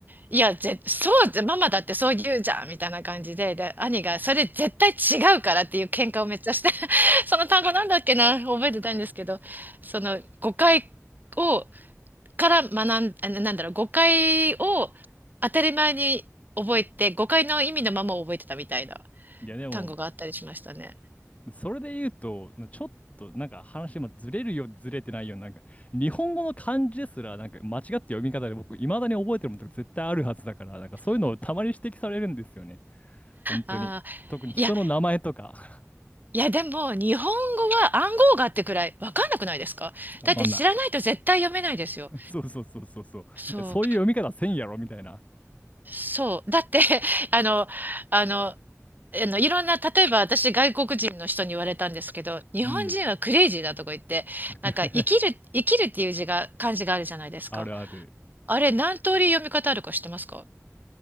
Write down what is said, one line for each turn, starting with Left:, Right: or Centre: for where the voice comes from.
Right: いや、ぜ、そうじゃ、ママだってそう言うじゃんみたいな感じで、で、兄がそれ絶対違うからっていう喧嘩をめっちゃして、<laughs> その単語なんだっけな、覚えてたんですけど、その誤解を、から学ん、あなんだろう、誤解を当たり前に覚えて、誤解の意味のままを覚えてたみたいな
Left: いやでも、
Right: 単語があったりしましたね。
Left: それで言うと、ちょっとなんか話もずれるよずれてないよな、なんか日本語の漢字ですら、なんか間違って読み方で僕、いまだに覚えてるものとか絶対あるはずだから、なんかそういうのをたまに指摘されるんですよね。本当に。
Right: ああ、
Left: 特に人の名前とか、
Right: いや、いや、でも、日本語は暗号があってくらいわかんなくないですかだって知らないと絶対読めないですよ。
Left: <laughs> わかんない。そうそうそうそうそう。いやそういう読み方せんやろみたいな。
Right: そう、そう。だって、<laughs> あの、あの、あの、いろんな、例えば私、外国人の人に言われたんですけど、日本人はクレイジーだとか言って、
Left: うん。
Right: なんか、
Left: <laughs>
Right: 生きる、生きるっていう字が、漢字があるじゃないですか。
Left: あるある。
Right: あれ、何通り読み方あるか知ってますか